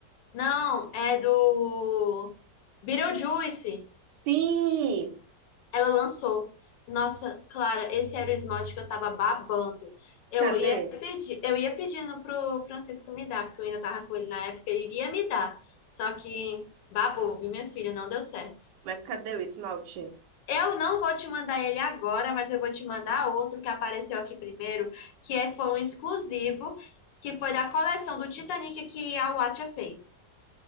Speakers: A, on the left (about 85°); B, on the right (about 80°).
A: Não, é do Beetlejuice.
B: Sim!
A: Ela lançou. Nossa, Clara, esse era o esmalte que eu tava babando. Eu
B: Cadê?
A: ia pedir, eu ia pedindo pro Francisco me dar, porque eu ainda tava com ele na época, ele iria me dar. Só que babou, viu, minha filha? Não deu certo.
B: Mas cadê o esmalte?
A: Eu não vou te mandar ele agora, mas eu vou te mandar outro que apareceu aqui primeiro, que é, foi um exclusivo, que foi da coleção do Titanic que a Watcha fez.